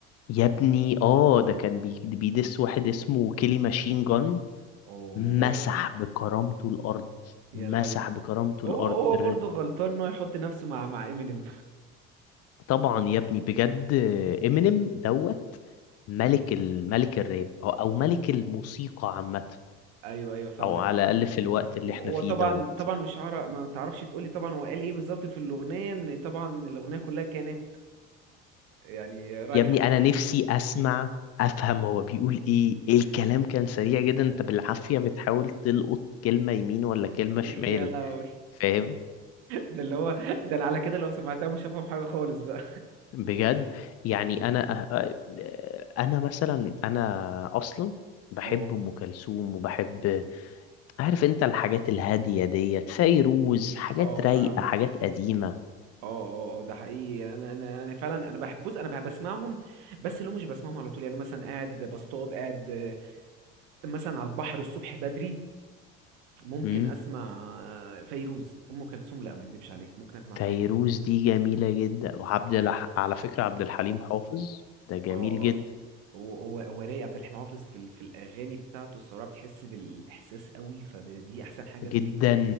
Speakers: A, on the left (about 50°); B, on the right (about 70°).
A: يا ابني اه ده كان بي- بيدس واحد اسمه كيلي ماشين جان
B: اوه
A: مسح بكرامته الارض
B: يا
A: مسح
B: لهوي
A: بكرامته
B: هو
A: الارض
B: هو
A: الر-
B: برضه غلطان ان هو يحط نفسه مع مع امينيم
A: طبعا يا ابني بجد امينيم دوت ملك ال- ملك الراب او او ملك الموسيقى عامه
B: ايوه ايوه فاهمك
A: او على الاقل في الوقت اللي
B: هو
A: احنا
B: هو
A: فيه
B: طبعا
A: دوت
B: طبعا مش هعرف ما تعرفش تقولي طبعا هو قال ايه بالظبط في الاغنيه ان طبعا الاغنيه كلها كانت يعني رايحه
A: يا ابني
B: خالص
A: انا نفسي اسمع افهم هو بيقول ايه إيه الكلام كان سريع جدا انت بالعافية بتحاول تلقط كلمة يمين ولا
B: <laughs>
A: كلمة شمال
B: يا لهوي
A: فاهم
B: ده اللي هو ده انا على كده لو سمعتها مش هفهم حاجه خالص بقى
A: بجد يعني انا أه- أه- انا مثلا انا اصلا بحب
B: اه
A: ام كلثوم وبحب عارف انت الحاجات الهادية ديت فيروز حاجات
B: اه
A: رايقة
B: فاهمك
A: حاجات قديمة
B: اه اه اه ده حقيقي يعني انا انا انا فعلا انا بحب بص انا بسمعهم بس اللي هو مش بسمعهم على طول يعني مثلا قاعد بصطاد قاعد آه، مثلا على البحر الصبح بدري ممكن
A: امم
B: اسمع آه، فيروز ام كلثوم لا ما اكدبش عليك ممكن اسمع فيروز
A: فيروز دي جميلة جدا وعبد الح... على فكرة عبد الحليم حافظ ده جميل
B: اه
A: جدا
B: هو هو هو رايق عبد الحليم حافظ في ال- في الاغاني بتاعته الصراحه بتحس بالاحساس قوي فدي احسن حاجه
A: جدا
B: فيه